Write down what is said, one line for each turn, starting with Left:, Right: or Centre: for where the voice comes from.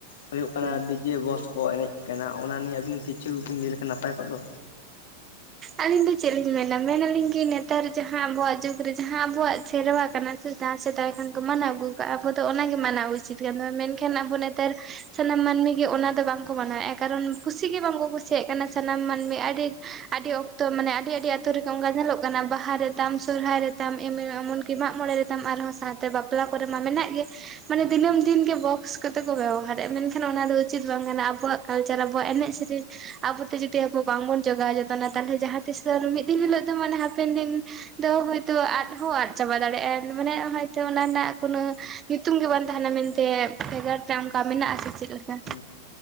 Left: ᱦᱩᱭᱩᱜ ᱠᱟᱱᱟ
Right: ᱦᱩᱸ
Left: ᱰᱤᱡᱮ ᱵᱚᱥ ᱠᱚ ᱮᱱᱮᱡ ᱠᱟᱱᱟ ᱚᱱᱟ ᱱᱤᱭᱮ ᱟᱹᱵᱤᱱ ᱠᱤᱪᱷᱩᱵᱤᱱ ᱞᱟᱹᱭ ᱞᱮᱠᱷᱟᱱ ᱱᱟᱯᱟᱭ ᱠᱚᱜ ᱫᱚ
Right: ᱟᱞᱤᱧ ᱫᱚ ᱪᱮᱫ ᱞᱤᱧ ᱢᱮᱱᱟ ᱢᱮᱱᱟᱞᱤᱧ ᱠᱤ ᱱᱮᱛᱟᱨ ᱡᱟᱦᱟᱸ ᱟᱵᱚᱣᱟᱜ ᱡᱩᱜᱽ ᱨᱮ ᱡᱟᱦᱟᱸ ᱟᱵᱚᱣᱟᱜ ᱠᱷᱮᱨᱣᱟ ᱠᱟᱱᱟ ᱥᱮᱫᱟᱭ ᱥᱮᱫᱟᱭ ᱠᱷᱟᱱ ᱠᱚ ᱢᱟᱱᱟᱣ ᱟᱹᱜᱩ ᱠᱟᱜᱼᱟ ᱟᱵᱚ ᱫᱚ ᱚᱱᱟᱜᱮ ᱢᱟᱱᱟᱣ ᱩᱪᱤᱛ ᱠᱟᱱ ᱛᱟᱵᱱᱟ ᱢᱮᱱᱠᱷᱟᱱ ᱟᱵᱚ ᱱᱮᱛᱟᱨ ᱥᱟᱱᱟᱢ ᱢᱟᱹᱱᱢᱤ ᱜᱮ ᱚᱱᱟ ᱫᱚ ᱵᱟᱝᱠᱚ ᱢᱟᱱᱟᱣᱮᱫᱼᱟ ᱠᱟᱨᱚᱱ ᱠᱩᱥᱤᱜ ᱜᱮ ᱵᱟᱝ ᱠᱚ ᱠᱩᱥᱤᱭᱟᱜ ᱠᱟᱱᱟ ᱥᱟᱱᱟᱢ ᱢᱟᱹᱱᱢᱤ ᱟᱹᱰᱤ ᱟᱹᱰᱤ ᱚᱠᱛᱚ ᱢᱟᱱᱮ ᱟᱹᱰᱤ ᱟᱹᱰᱤ ᱟᱛᱳ ᱨᱮᱜᱮ ᱚᱱᱠᱟ ᱧᱮᱞᱚᱜ ᱠᱟᱱᱟ ᱵᱟᱦᱟ ᱨᱮᱛᱟᱢ ᱥᱚᱨᱚᱦᱟᱭ ᱨᱮ ᱛᱟᱢ ᱮᱢ ᱮᱢᱚᱱ ᱠᱤ ᱢᱟᱜ ᱢᱚᱬᱮ ᱨᱮ ᱟᱨᱦᱚᱸ ᱥᱟᱶᱛᱮ ᱵᱟᱯᱞᱟ ᱠᱚᱨᱮ ᱢᱟ ᱢᱮᱱᱟᱜ ᱜᱮ ᱢᱟᱱᱮ
Left: ᱦᱩᱸ
Right: ᱫᱤᱱᱟᱹᱢ ᱫᱤᱱᱜᱮ ᱵᱚᱠᱥ ᱠᱚᱛᱮ ᱠᱚ ᱵᱮᱵᱚᱦᱟᱨᱮᱫᱼᱟ ᱢᱮᱱᱠᱷᱟᱱ ᱚᱱᱟ ᱫᱚ ᱩᱪᱤᱛ ᱵᱟᱝ ᱠᱟᱱᱟ ᱟᱵᱚᱣᱟᱜ ᱞᱟᱠᱪᱟᱨ ᱟᱵᱚᱣᱟᱜ ᱮᱱᱮᱡ ᱥᱮᱨᱮᱧ ᱟᱵᱚ ᱛᱮ ᱡᱩᱫᱤ ᱟᱵᱚ ᱵᱟᱝᱵᱚᱱ ᱡᱚᱜᱟᱣ ᱡᱚᱛᱚᱱᱟ ᱛᱟᱦᱚᱞᱮ ᱡᱟᱦᱟᱸ ᱛᱤᱥ ᱫᱚ ᱟᱨ ᱢᱤᱫ ᱫᱤᱱ ᱦᱤᱞᱳᱜ ᱫᱚ ᱢᱟᱱᱮ ᱦᱟᱯᱮᱱ ᱫᱤᱱ ᱫᱚ ᱦᱳᱭᱛᱳ ᱟᱫ ᱦᱚᱸ ᱟᱫ ᱪᱟᱵᱟ ᱫᱟᱲᱮᱭᱟᱜᱼᱟ ᱢᱟᱱᱮ ᱦᱚᱭᱛᱳ ᱚᱱᱟ ᱨᱮᱱᱟᱜ ᱠᱳᱱᱳ ᱧᱩᱛᱩᱢ ᱜᱮ ᱵᱟᱝ ᱛᱟᱦᱮᱱᱟ ᱢᱮᱱᱛᱮ ᱵᱷᱮᱜᱟᱨ ᱛᱮ ᱚᱱᱠᱟ ᱢᱮᱱᱟᱜ ᱥᱮ ᱪᱮᱫ ᱞᱮᱠᱟ
Left: ᱦᱩᱸ